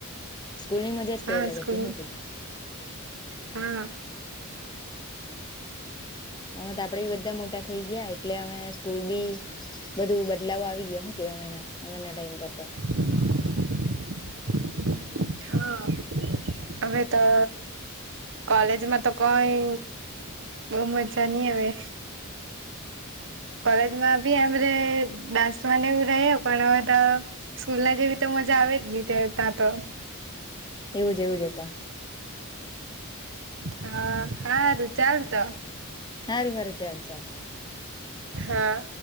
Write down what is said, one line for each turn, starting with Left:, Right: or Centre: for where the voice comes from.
Left: સ્કૂલની મજા જ
Right: હા
Left: કઈ અલગ
Right: સ્કૂલ
Left: હતી હું કે
Right: હા,
Left: હ તો આપડે બી બધા મોટા થઈ ગયા એટલે અમે સ્કૂલ બી બધું બદલાવ આવી ગયો. ના ઉમેના ટાઈમ પરતા.
Right: <inaudible> હા અમે તો. કોલેજમાં તો કોઈ બઉ મજા નઈ હવે, કોલેજ માં ભી આરે ડાન્સ મ રહે પણ તો સ્કૂલ ના જે તો. મજા આવે જ ની ત ત્યાં તો,
Left: એવું જ એવું જતા,
Right: હા હારું ચાલ તો
Left: સારું સારું ચાલ ચાલ.
Right: હા,